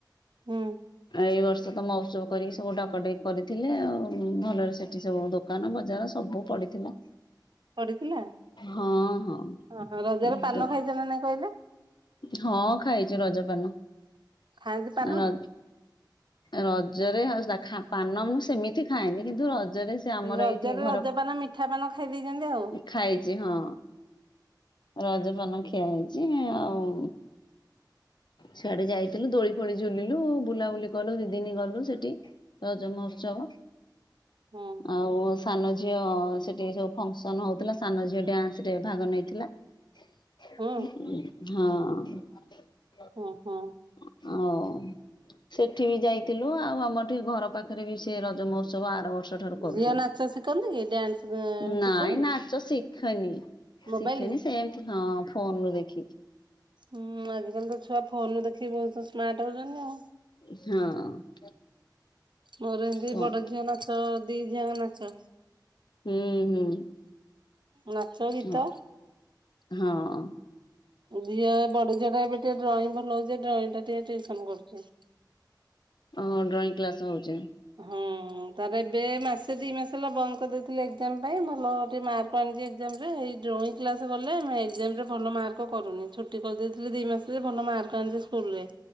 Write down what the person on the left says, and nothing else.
ଏଇ ବର୍ଷ ତ ମହୋତ୍ସବ କରିକି ସବୁ ଡାକ ଡେକ୍ କରିଥିଲେ ଆଉ। ଉ ଭଲରେ ସେଠି ସବୁ ଦୋକାନ ବଜାର ସବୁ ପଡିଥିଲା।
ହଁ ହଁ
ତ
ହଁ ଖାଇଛ ରଜପାନ
ର ରଜରେ ଉ ପାନ ମୁଁ ସେମିତି ଖାଏନି କିନ୍ତୁ ରଜରେ ସେ ଆମର
ଏଇଠି ଘର
ଖାଇଛି ହଁ। ରଜପାନ ଖିଆ ହେଇଛି ଆଉ। ସିଆଡେ ଯାଇଥିଲୁ ଦୋଳି ଦୋଳି ଝୁଲିଲୁ ବୁଲାବୁଲି କଲୁ ଦି ଦିନି ଗଲୁ ସେଠି ରଜ ମହୋତ୍ସବ
ଆଉ ସାନ ଝିଅ ସେଠି ସବୁ ଫଙ୍କସନ ହଉଥିଲା ସାନ ଝିଅ ଡ୍ୟାନ୍ସ ରେ ଭାଗ ନେଇଥିଲା। ହଁ।
ଆଉ ସେଠି ବି ଯାଇଥିଲୁ ଆଉ ଆମର ଏଠି ଘର ପାଖରେ ବି ସେ ରଜ ମହୋତ୍ସବ ଆର ବର୍ଷ ଠାରୁ କରୁଛନ୍ତି
ନାଇଁ ନାଚ ଶି ଖନି
ଶିଖେନି ସେମତି ହଁ ଫୋନରୁୁ ଦେଖିକି।
ହଁ।
ଫୋନ
ହୁଁ ହୁଁ।
ହଁ ହଁ
ଓ ଡ୍ରଇଂ କ୍ଲାସ ହଉଚି।